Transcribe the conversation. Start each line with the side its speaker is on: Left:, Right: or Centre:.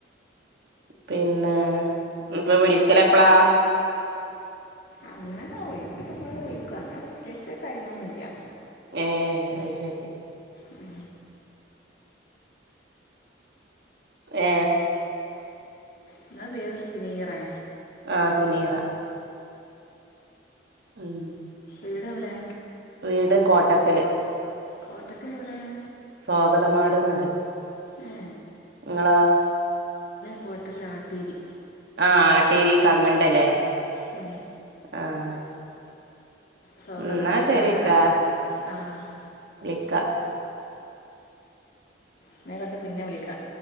Right: പിന്നെ ഇപ്പൊ വിളിക്കലപ്പളാ
Left: അങ്ങനെ ഒഴിവ് കിട്ടുമ്പോഴേ വിളിക്കും അങ്ങനെ പ്രത്യേകിച്ച് ടൈമൊന്നുമില്ല
Right: ഏഹ് അത് ശരി
Left: ഉം
Right: ഏ
Left: നിങ്ങളെ പേരെന്ത സുനീറെ
Right: ആഹ് സുനീറ ഉം
Left: വീട് എവിടെ
Right: വീട് കോട്ടക്കല്
Left: കോട്ടക്കൽ എവിടെയാ
Right: സ്വാഗതമാട്ന്ന്റി
Left: ഏ
Right: നിങ്ങളോ
Left: കോട്ടക്കരാട്ടിരി
Right: ആഹ് ആട്ടേരി കങ്ങണ്ടല്ലേ
Left: ഉം
Right: ആ ശരി
Left: സ്വാഗതമ്മയുടെ
Right: ന്നാ ശരിട്ടാ
Left: ആ വിടാം ആ
Right: വിളിക്ക
Left: എന്ന അയ്ക്കോട്ടെ പിന്നെ വിളിക്കാം